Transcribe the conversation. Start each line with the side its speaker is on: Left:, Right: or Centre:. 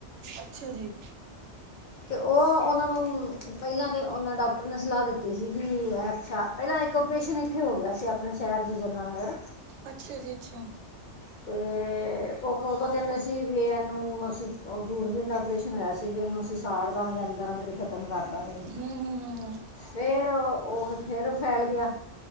Right: ਅੱਛਾ ਜੀ,
Left: ਅਤੇ ਉਹ ਉਹਨਾਂ ਨੂੰ ਪਹਿਲਾਂ ਤਾਂ ਉਹਨਾਂ ਡਾਕਟਰ ਨੇ ਸਲਾਹ ਦਿੱਤੀ ਸੀ, ਵੀ ਐ ਪਛਾ ਪਹਿਲਾਂ ਇੱਕ ਪਰੇਸ਼ਨ ਇੱਥੇ ਹੋ ਗਿਆ ਸੀ, ਆਪਣੇ ਸ਼ਹਿਰ 'ਚ ਯਮੁਨਾ ਨਗਰ
Right: ਅੱਛਾ ਜੀ ਅੱਛਾ
Left: ਤੇ, ਤੇ ਉਹ ਉਦੋਂ ਕਹਿੰਦੇ ਸੀ, ਵੀ ਇਹਨੂੰ ਅਸੀਂ ਦੂਰਬੀ ਦਾ ਆਪਰੇਸ਼ਨ ਹੋਇਆ ਸੀ, ਵੀ ਇਹਨੂੰ ਅਸੀਂ ਸਾੜ ਦਾਂਗੇ ਅੰਦਰ-ਅੰਦਰ ਹੀ ਖ਼ਤਮ ਕਰ ਦਾਂਗੇ।
Right: ਹੂੰ ਹੂੰ ਹੂੰ
Left: ਫੇਰ ਉਹ ਫੇਰ ਫੈਲ ਗਿਆ।